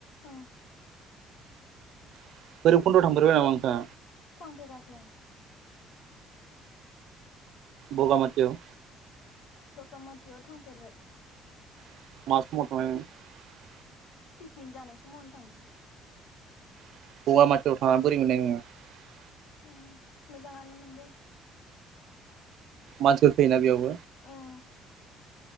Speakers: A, on the left (about 70°); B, on the right (about 55°).
A: उम
B: बे बैरबखन्द थांफेरबाय नामा नोंथाङा
A: थांफेरेराखै आं
B: बगामाथियाव
A: बगखमाथियाव थांफेरबाय।
B: <inaudible>
A: पिकनिक जानाय समावनो थांदों।
B: <inaudible>
A: उम मोजाङानो मोनदों
B: मानसिफोर फैयोना बेयाव
A: उम